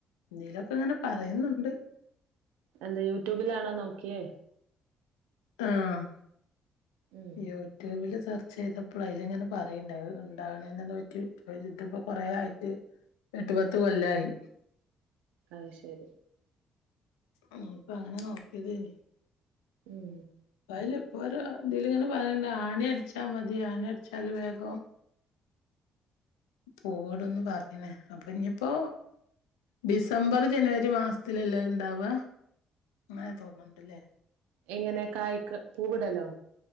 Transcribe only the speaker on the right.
അന്തേ യൂട്യൂബിലാണോ നോക്കിയേ
ഉം
അഹ് ശരി
ഉം
എങ്ങനെ കായ്ക്ക് പൂവ്വ്ടലോ